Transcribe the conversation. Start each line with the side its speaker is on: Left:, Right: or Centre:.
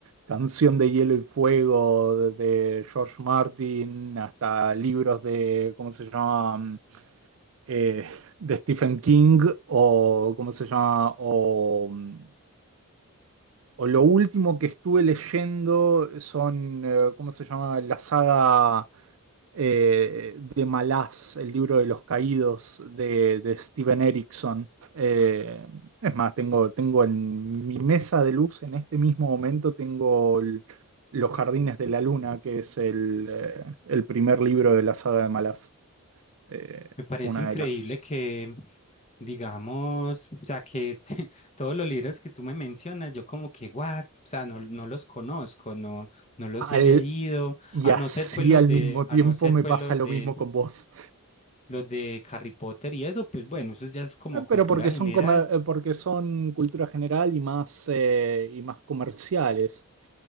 Right: Canción de Hielo y Fuego de George Martin hasta libros de, ¿cómo se llama? Eh, de Stephen King o, ¿cómo se llama? O mm, o lo último que estuve leyendo son, eh, ¿cómo se llama? La saga eh, de Malaz, el libro de los caídos de, de Steven Erickson. Eh, es más, tengo, tengo en mi mesa de luz, en este mismo momento, tengo el- Los Jardines de la Luna, que es el, eh, el primer libro de la saga de Malaz. Eh,
Left: Me parece
Right: una
Left: increíble
Right: de las...
Left: que, digamos, o sea, que <laughs> todos los libros que tú me mencionas, yo como que, what, o sea, no, no los conozco, no, no los
Right: al-
Left: he leído,
Right: y
Left: a
Right: así
Left: no ser pues los
Right: al
Left: de,
Right: mismo
Left: a
Right: tiempo
Left: no ser
Right: me
Left: pues
Right: pasa
Left: los
Right: lo
Left: de,
Right: mismo con vos.
Left: los de Harry Potter y eso, pues bueno, eso ya es como
Right: Eh,
Left: cultura
Right: Pero porque
Left: general.
Right: son, comer- eh, porque son cultura general y más, eh, y más comerciales.